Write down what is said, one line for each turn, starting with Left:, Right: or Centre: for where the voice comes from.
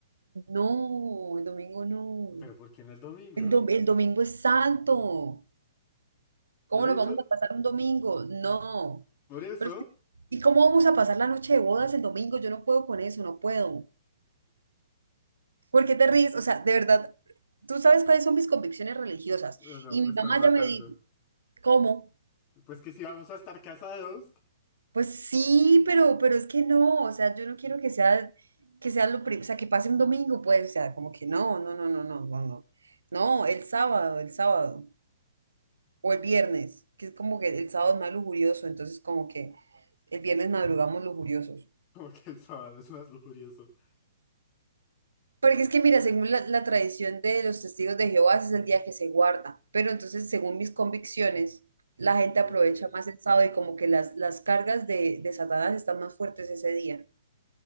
Right: No, el domingo no.
Left: Pero ¿por qué no el domingo?
Right: El, dom- el domingo es santo. ¿Cómo
Left: Por eso,
Right: nos vamos a pasar un domingo? No.
Left: por eso.
Right: Pero, ¿y cómo vamos a pasar la noche de bodas el domingo? Yo no puedo con eso, no puedo. ¿Por qué te ríes? O sea, de verdad, tú sabes cuáles son mis convicciones religiosas.
Left: No, no,
Right: Y
Left: me
Right: mi
Left: estás
Right: mamá ya
Left: matando.
Right: me dijo, ¿cómo?
Left: Pues que si vamos a estar casados,
Right: Pues sí, pero, pero es que no. O sea, yo no quiero que sea, que sea lo primero, o sea, que pase un domingo, pues, o sea, como que no, no, no, no, no, no, no. No, el sábado, el sábado. O el viernes, que es como que el sábado es más lujurioso, entonces como que... El viernes madrugamos lujuriosos.
Left: <laughs> como que el sábado es más lujurioso.
Right: Porque es que, mira, según la, la tradición de los testigos de Jehová, ese es el día que se guarda. Pero entonces, según mis convicciones, la gente
Left: Ok.
Right: aprovecha más el sábado y como que las, las cargas de, de Satanás están más fuertes ese día.